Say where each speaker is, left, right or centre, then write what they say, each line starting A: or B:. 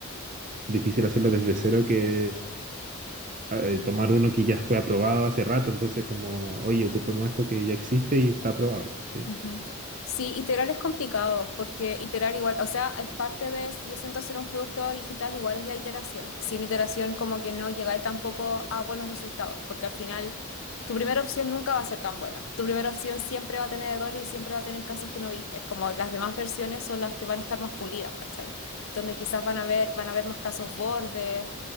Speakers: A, on the right (about 40°); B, on the left (about 70°).
A: difícil hacerlo desde cero que eh, tomar uno que ya fue aprobado hace rato, entonces como, oye, ocupemos esto que ya existe y está aprobado, ¿cachai?
B: Ujú. Sí, iterar es complicado porque iterar igual, o sea, es parte de, yo siento hacer un producto digital igual es la iteración. Sin iteración como que no llegáis tampoco a buenos resultados porque al final tu primera opción nunca va a ser tan buena. Tu primera opción siempre va a tener errores y siempre va a tener casos que no viste, como las demás versiones son las que van a estar más pulidas, ¿cachai? Donde quizás van a ver, van a haber más casos bordes,